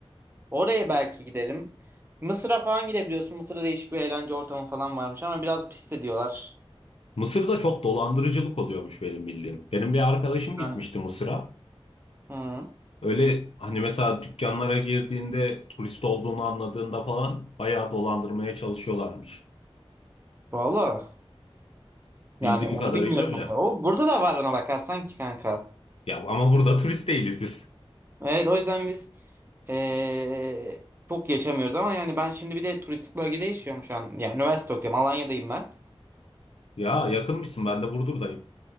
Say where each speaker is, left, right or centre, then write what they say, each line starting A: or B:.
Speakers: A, on the right; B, on the left.
A: Oraya belki giderim. Mısır'a falan gidebiliyorsun. Mısır'da değişik bir eğlence ortamı falan varmış ama biraz pis de diyorlar.
B: Mısır'da çok dolandırıcılık oluyormuş benim bildiğim. Benim bir arkadaşım gitmişti
A: Yani.
B: Mısır'a.
A: Hı.
B: Öyle hani mesela dükkanlara girdiğinde turist olduğunu anladığında falan bayağı dolandırmaya çalışıyorlarmış.
A: Valla.
B: Bildiğim
A: Yani onu
B: kadarıyla
A: bilmiyorum.
B: öyle.
A: o kadar. O, burada da var ona bakarsan ki kanka.
B: Ya ama burada <laughs> turist değiliz biz.
A: Evet o yüzden biz ee, çok yaşamıyoruz ama yani ben şimdi bir de turistik bölgede yaşıyorum şu an. Yani üniversite okuyorum. Alanya'dayım ben.
B: Ya yakınmışsın ben de Burdur'dayım.